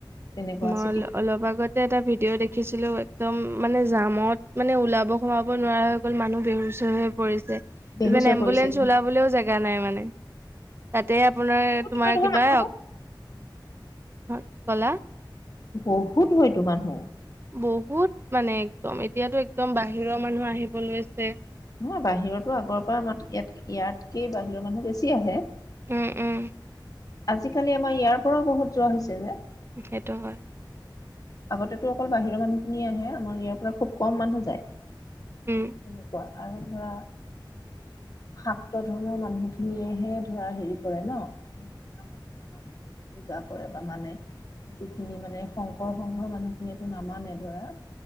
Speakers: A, on the left; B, on the right.
A: তেনেকুৱা
B: মই
A: চিটি
B: অলপ আগতে এটা ভিডিঅ' দেখিছিলো। একদম মানে জামত মানে, ওলাব-সোমাব নোৱাৰা হৈ গ'ল। মানুহ বেহুচ হৈ হৈ পৰিছে।
A: বেহুচ
B: ইমান
A: হৈ
B: এম্বুলেন্ঞ্চ
A: পৰিছে
B: ওলাবলৈও জেগা নাই মানে। তাতে আপোনাৰ,
A: বহুত
B: তোমাৰ
A: হয় নহয়
B: কিবা
A: মানুহ
B: অ' কি ক'লা?
A: বহুত হয়তো মানুহ।
B: বহুত মানে একদম, এতিয়াতো একদম বাহিৰৰ মানুহ আহিব লৈছে।
A: নহয় বাহিৰতো আগৰ পৰা আম ইয়াত ইয়াতকে বাহিৰৰ মানুহ বেছি আহে।
B: উম, উম।
A: আজিকালি আমাৰ ইয়াৰ পৰাও বহুত যোৱা হৈছে যে।
B: সেইটো হয়।
A: আগতেটো অকল বাহিৰৰ মানুহখিনিয়ে আহে। আমাৰ ইয়াৰ পৰা খুব কম মানুহ যায়। তেনেকুৱা
B: উম
A: আৰু ধৰা
B: <inaudible>
A: শাক্ত ধৰ্মৰ মানুহ খিনিয়েহে ধৰা হেৰি কৰে ন কামাখ্যা মাক পূজা কৰে বা মানে। যিখিনি মানে শং শকৰ সংঘৰ মানুহখিনিয়েতো নামানে ধৰা।